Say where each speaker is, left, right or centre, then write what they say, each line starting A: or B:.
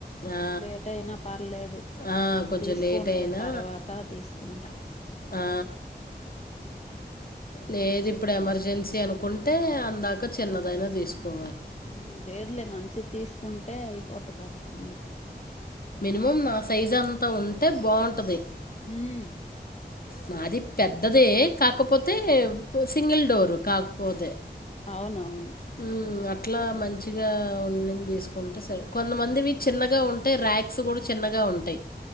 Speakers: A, on the left; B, on the left.
A: ఆ,
B: లేట్ అయినా పర్లేదు
A: ఆ,
B: ఇప్పుడు
A: కొంచెం
B: తీసుకోన్
A: లేట్ అయినా
B: లే తర్వాత తీసుకుంటా
A: ఆ, ఆ. లేదు ఇప్పుడు ఎమర్జెన్సీ అనుకుంటే అందాక చిన్నదైనా తీసుకో
B: ఉమ్ లేదులే మంచి తీసుకుంటే అయిపోద్దు కదా ఎందుకు
A: నిమమ్ నా సైజ్ అంతా ఉంటే బాగుంటది
B: మ్మ్
A: నాది పెద్దదే కాకపోతే సింగిల్ డోరు కాకపోతే
B: అవునవును
A: ఉమ్ అ ట్లా మంచిగా ఉన్నంది తీసుకుంటే సరే కొంతమందివి చిన్నగా ఉంటాయి ర్యాక్స్ కూడా చిన్నగా ఉంటాయి